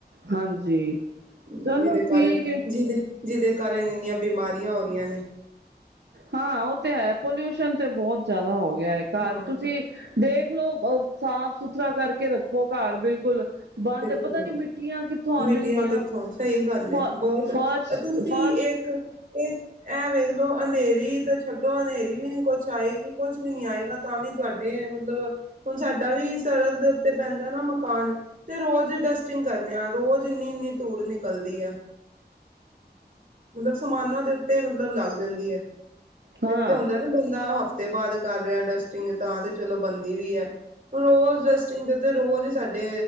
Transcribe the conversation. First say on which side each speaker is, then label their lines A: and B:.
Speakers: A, on the right (about 85°); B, on the right (about 55°).
A: ਹਾਂਜੀ
B: ਹੂੰ,
A: ਚਲੋ
B: ਜਿਹਦੇ ਕਾਰਨ
A: ਠੀਕ ਹੈ।
B: ਜਿਹਦੇ ਜਿਹਦੇ ਕਾਰਨ ਇੰਨੀਆਂ ਬਿਮਾਰੀਆਂ ਹੋ ਰਹੀਆਂ ਨੇ
A: ਹਾਂ ਉਹ ਤੇ ਹੈ ਪੋਲਿਊਸ਼ਨ ਤੇ ਬਹੁਤ ਜ਼ਿਆਦਾ ਹੋ ਗਿਆ ਘਰ
B: ਹਾਂ
A: ਤੁਸੀਂ ਦੇਖ ਦੇਖਲੋ ਸਾਫ ਸੁਥਰਾ ਕਰਕੇ ਰੱਖੋ ਘਰ ਬਿਲਕੁਲ ਬੰਦ
B: ਬਿਲਕੁਲ
A: ਪਤਾ ਨੀ ਮਿੱਟੀਆਂ ਕਿੱਥੋਂ ਆ
B: ਮਿਟੀਆਂ
A: ਜਾਣਗੀਆਂ
B: ਕਿੱਥੋਂ, ਸਹੀ ਗੱਲ
A: ਫ
B: ਏ, ਬਹੁਤ
A: ਫਰਸ਼
B: ਤੁਸੀਂ
A: ਫਰਸ਼
B: ਇੱਕ ਐ ਵੇਖ ਲਉ ਅੰਧੇਰੀ ਤਾਂ ਛੱਡੋ ਅੰਧੇਰੀ ਵੀ ਨੀ ਕੁਛ ਆਏਗੀ, ਕੁਛ ਵੀ ਨੀ ਆਏਗਾ, ਤਾਂ ਵੀ ਤੁਹਾਡੇ ਮਤਲਬ ਹੁਣ ਸਾਡਾ ਵੀ ਸੜਕ ਦੇ ਤੇ ਪੈਂਦਾ ਨਾ ਮਕਾਨ ਤੇ ਰੋਜ਼ ਡਸਟਿੰਗ ਕਰਨੇ ਆ, ਰੋਜ਼ ਇੰਨੀ ਇੰਨੀ ਧੂੜ ਨਿਕਲਦੀ ਆ, ਮਤਲਬ ਸਮਾਨਾਂ ਦੇ ਉੱਤੇ ਮਤਲਬ ਲੱਗ ਜਾਂਦੀ ਆ।
A: ਹਾਂ
B: ਇੱਕ ਤਾਂ ਹੁੰਦਾ ਨਾ ਬੰਦਾ ਹਫਤਾ ਤੇ ਬਾਅਦ ਕਰ ਰਿਹਾ ਡਸਟਿੰਗ, ਤਾਂ ਤੇ ਚਲੋ ਬਣਦੀ ਵੀ ਏ। ਹੁਣ ਰੋਜ਼ ਰੈਸਟਿੰਗ ਦੇ ਤੇ ਰੋਜ਼ ਸਾਡੇ